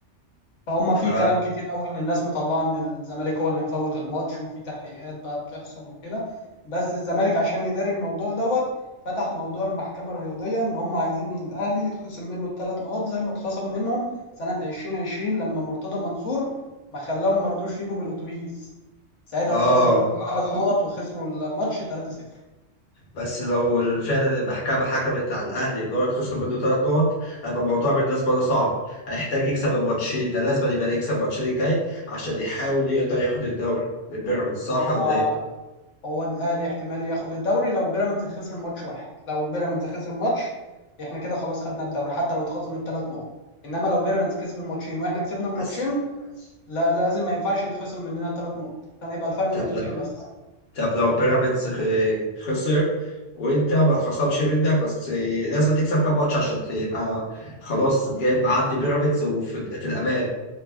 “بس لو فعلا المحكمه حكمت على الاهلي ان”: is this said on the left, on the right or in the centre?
Left